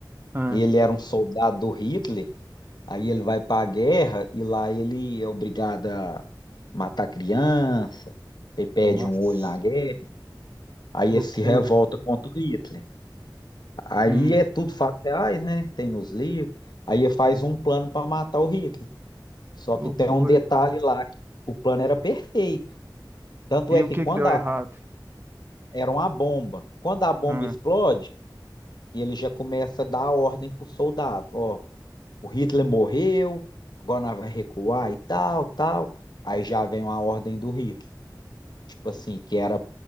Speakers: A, on the right (about 30°); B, on the left (about 60°).
A: Ah,
B: Ele era um soldado do Hitler, aí ele vai para a guerra e lá ele é obrigado a matar criança, ele perde
A: nossa.
B: um olho na guerra, aí
A: Loucura.
B: ele se revolta contra o Hitler. Aí
A: Hum,
B: é tudo fatos reais, né? Tem nos livros. Aí ele faz um plano para matar o Hitler. Só
A: loucura.
B: que tem um detalhe lá, que o plano era perfeito. Tanto
A: E
B: é
A: o
B: que
A: que
B: quando
A: que deu
B: a-
A: errado?
B: era uma bomba, quando a bomba
A: Ah,
B: explode, ele já começa a dar ordem pro soldado, ó, O Hitler morreu, agora nós vai recuar e tal, tal. Aí já vem uma ordem do Hitler, tipo assim, que era